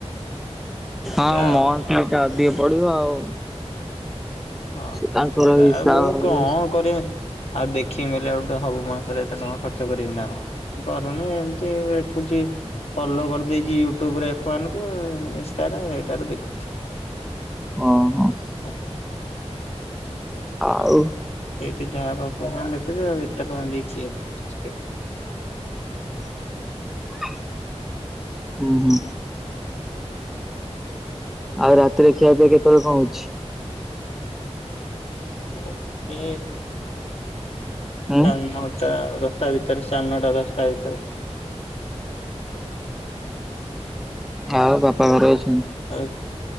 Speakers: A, on the left; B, in the centre.
A: ଏଇଆ
B: ହଁ ମନ୍ଥଲି
A: ଆଉ।
B: ଅଧିକ ପଡିବ ଆଉ।
A: ହଁ
B: ତାଙ୍କର
A: ସେ ଆଉ
B: ହିସାବରେ
A: ମୁଁ କଣ କରିବି। ଆଉ ଦେଖି ବେଲେ ଆ ହବୁ, ସବୁ ମାସରେ ଏତେ ଟଙ୍କା ଖର୍ଚ୍ଚ କରି ବିନା କଣ, ଆ କରୁନି ଏମତି ଛି ଫଲୋ କରିଦେଇଛି ୟୁଟ୍ୟୁବରେ ଏଫ୍ ଉଆନ ନିଷ୍ଠାରେ ସେଇଠାରେ ଦେଖୁଛି।
B: ହଁ, ହଁ।
A: ଆଉ।
B: ଆଉ
A: ସେଇଠି ଯାହା ପାଖ ଦେଖୁଛ ଏତେ ଟଙ୍କା ଦେଇକି କିଏ ଦେ
B: <inaudible> ହୁଁ ହୁଁ ଆଉ ରାତିରେ ଖିଆ, ପିଆ କେତେବେଳେ କଣ, ହଉଛି?
A: ଓ, ଏ
B: ହୁଁ
A: ହ <unintelligible> ଟା, ଦସଟା ଭିତରେ ସାଢ଼େ ନଅଟା ଦଶଟା ଭିତରେ
B: ଆଉ ବାପା ଘରେ ଅଛି?
A: ଉ